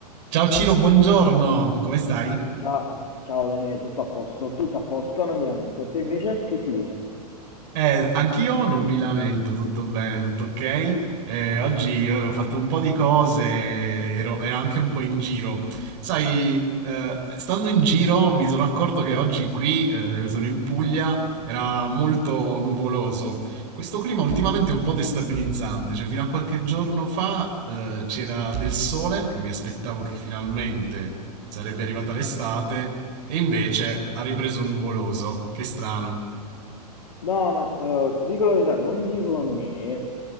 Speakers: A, on the right (about 50°); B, on the left (about 80°).
A: Ciao Ciro, buongiorno, come stai?
B: Ciao, ciao Daniele, tutto a posto, tutto a posto, non mi lamento. Te invece che si dice?
A: Eh, anch'io non mi lamento, tutto bene, tutto ok. Eh, oggi avevo fatto un po' di cose, ero, ero anche un po' in giro. Sai, eh, stando in giro mi sono accorto che oggi qui, eh, sono in Puglia, era molto nuvoloso. Questo clima ultimamente è un po' destabilizzante, cioè fino a qualche giorno fa, eh, c'era del sole, io mi aspettavo che finalmente sarebbe arrivata l'estate, e invece ha ripreso nuvoloso. Che strano.
B: No, ma eh, ti dico la verità, non dirlo a me